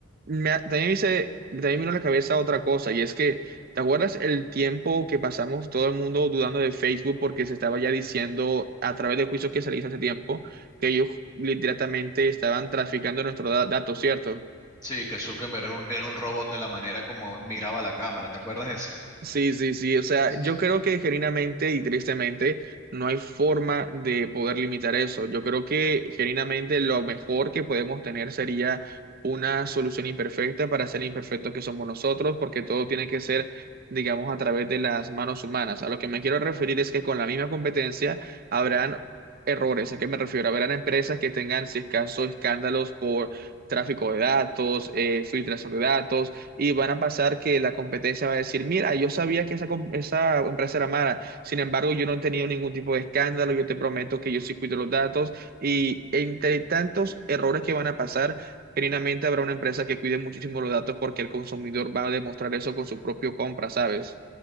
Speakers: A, on the right (about 45°); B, on the left (about 15°).
A: me, también me hice- también me vino a la cabeza otra cosa, y es que ¿Te acuerdas el tiempo que pasamos todo el mundo dudando de Facebook porque se estaba ya diciendo a través del juicio que se le hizo hace tiempo que ellos literalmente estaban traficando nuestros da- datos, ¿cierto?
B: sí, que Zuckerberg era un, era un robot de la manera como miraba la cámara. ¿Te acuerdas de eso?
A: Sí, sí, sí. O sea,
B: <laughs>
A: yo creo que genuinamente y tristemente no hay forma de poder limitar eso. Yo creo que genuinamente lo mejor que podemos tener sería una solución imperfecta para ser imperfectos que somos nosotros, porque todo tiene que ser, digamos, a través de las manos humanas. A lo que me quiero referir es que con la misma competencia habrán errores. ¿A qué me refiero? Habrán empresas que tengan, si es caso, escándalos por tráfico de datos, eh, filtración de datos y van a pasar que la competencia va a decir, mira, yo sabía que esa, com- esa empresa era mala, sin embargo, yo no he tenido ningún tipo de escándalo, yo te prometo que yo sí cuido los datos y entre tantos errores que van a pasar, genuinamente habrá una empresa que cuide muchísimo los datos porque el consumidor va a demostrar eso con su propio compra, ¿sabes?